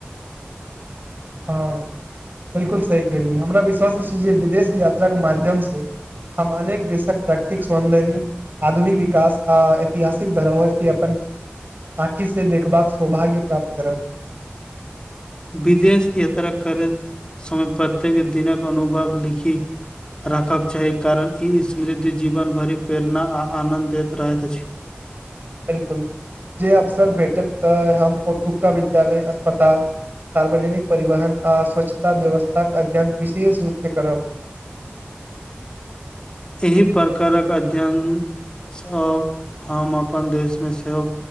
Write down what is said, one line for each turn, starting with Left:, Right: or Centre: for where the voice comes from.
Right: हँ बिल्कुल सही केली हमरा विश्वास अछै विदेश यात्रा के माध्यम से हम अनेक देशक प्रैक्टिस सौंदर्य आधुनिक विकास आ ऐतिहासिक धरोहर के अपन आँखि से देखबाक सौभाग्य प्राप्त करब
Left: विदेश यात्रा करैत समय प्रत्येक दिनक अनुभव लिखी राखब चाही कारण ई समृद्ध जीवन भरि प्रेरणा आ आनन्द दैत रहैत अछि।
Right: बिलकुल। जे अफसर भेटत तऽ हम ओतुका विद्यालय अस्पताल सार्वजनिक परिवहन आ स्वच्छता व्यवस्था के अध्ययन विशेष रूप सँ करब
Left: एहि प्रकारक अध्ययन सब हम अपन देश मे सेहो